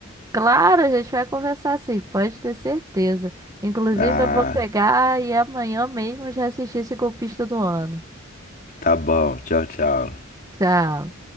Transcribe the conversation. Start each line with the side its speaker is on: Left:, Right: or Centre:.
Right: Claro, a gente vai conversar sim, pode ter certeza. Inclusive,
Left: Ah,
Right: eu vou pegar e amanhã mesmo eu já assistir esse golpista do ano.
Left: tá bom. Tchau, tchau.
Right: Tchau.